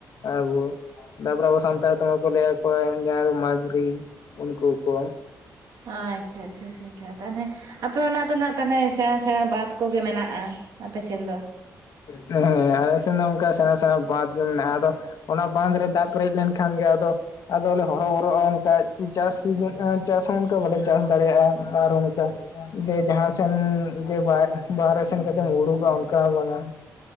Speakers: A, on the left; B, on the right.
A: ᱟᱨᱩ᱾ ᱛᱟᱯᱚᱨᱮ ᱟᱵᱚ ᱥᱟᱱᱛᱟᱲ ᱛᱮᱢᱟ ᱠᱚ ᱞᱟᱹᱭ ᱟᱠᱚᱣᱟ ᱡᱟᱦᱟᱸᱭ ᱫᱚ ᱢᱟᱜᱽᱨᱤ ᱩᱱᱠᱩ ᱠᱚ᱾
B: ᱟᱪᱪᱷᱟ, ᱟᱪᱷᱟ, ᱟᱪᱷᱟ ᱛᱟᱦᱚᱞᱮ ᱟᱯᱮ ᱚᱱᱟ ᱫᱚ ᱱᱟᱜ ᱛᱟᱦᱚᱞᱮ ᱥᱮᱬᱟ ᱥᱮᱬᱟ ᱵᱟᱫ ᱠᱚᱜᱮ ᱢᱮᱱᱟᱜᱼᱟ ᱟᱯᱮ ᱥᱮᱱ ᱫᱚ᱾
A: ᱦᱮᱸ ᱟᱞᱮ ᱥᱮᱱ ᱫᱚ ᱚᱱᱠᱟ ᱥᱮᱬᱟ ᱥᱮᱬᱟ ᱵᱟᱸᱫ ᱜᱮ ᱢᱮᱱᱟᱜᱼᱟ ᱟᱫᱚ ᱚᱱᱟ ᱵᱟᱸᱫ ᱨᱮ ᱫᱟᱜ ᱯᱮᱨᱮᱡ ᱞᱮᱱᱠᱷᱟᱱ ᱜᱮ ᱟᱫᱚ ᱟᱫᱚ ᱞᱮ ᱦᱚᱨᱚ ᱵᱚᱨᱚᱜᱼᱟ ᱚᱱᱠᱟ ᱪᱟᱥ ᱪᱟᱥ ᱦᱚᱸ ᱚᱱᱠᱟ ᱵᱟᱞᱮ ᱪᱟᱥ ᱫᱟᱲᱮᱭᱟᱜᱼᱟ᱾ ᱟᱨ ᱚᱱᱠᱟ ᱡᱮ ᱡᱟᱦᱟᱸᱥᱮᱱ ᱡᱮ ᱵᱟᱦᱨᱮ ᱥᱮᱱ ᱠᱟᱴᱤᱡ ᱮᱢ ᱩᱰᱩ ᱠᱚᱜ ᱟ ᱚᱱᱠᱟ ᱦᱚᱸ ᱵᱟᱝᱟ᱾